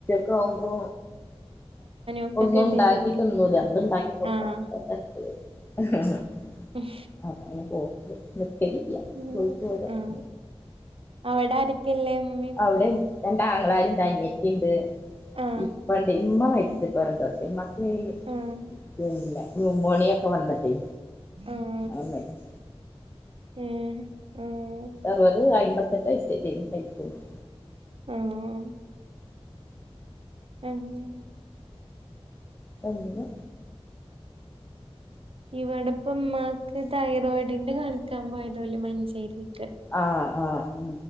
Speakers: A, on the left; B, on the right.
A: വുമ്പോ
B: ഒക്കെ
A: ഒന്നുംണ്ടാക്കിട്ടൊന്നുല്ല
B: ഗതികേടല്ലേ
A: നമ്മള് ഇണ്ടാക്കി കൊടുക്കണം
B: ആഹ്
A: അത്തരത്തില് അഹ്
B: മ്മ്ഹ്
A: <unintelligible> നിസ്‌ക്കരിക്കുക
B: ഉം
A: <unintelligible>
B: ആഹ് അവിടെ ആരെക്കെള്ളേ ഉമ്മി
A: അവിടെ രണ്ടാങ്ങളാരുണ്ട്‌ അനീത്തീണ്ട്
B: ആഹ്
A: ഇപ്പണ്ട് ഇമ്മ മരി <unintelligible> മ്മാക്ക്
B: ആഹ്
A: പിന്നെ ന്യൂമോണിയൊക്കെ വന്നട്ട്
B: ആഹ്
A: ആഹ് മരിച്ച്
B: ഏഹ് ആഹ്
A: അറുപത് അയിമ്പത്തെട്ട് വയസ്സേട്ടേന് മരിക്കുമ്പോ
B: ആഹ് ആഹ് <unintelligible>
A: എന്നെ
B: ഇവിടെപ്പമ്മാക്ക് തൈറോയിഡിന്റെ കാണിക്കാൻ പോയതോല് മഞ്ചേരിക്ക്
A: ആഹ് ആഹ് ആഹ്